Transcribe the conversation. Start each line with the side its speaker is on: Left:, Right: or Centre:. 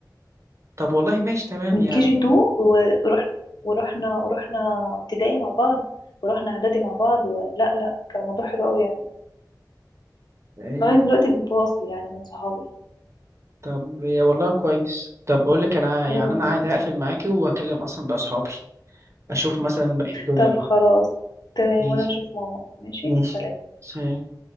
Right: طب والله ماشي تمام
Left: من
Right: يعني
Left: كيجي 2 ورحنا ورحنا ورحنا ابتدائي مع بعض ورحنا اعدادي مع بعض ولا لا كان الموضوع حلو قوي يعني
Right: آه،
Left: لغاية دلوقتي بنتواصل يعني من صحابي
Right: طب يا والله كويس طب بقول لك انا يعني
Left: م- م.
Right: انا عادي هقفل معاكي وهكلم اصلا بقى اصحابي اشوف مثلا بقى الدنيا
Left: طب خلاص تمام
Right: ماشي
Left: وانا هشوف ماما ماشي
Right: ماشي
Left: سلام
Right: سلام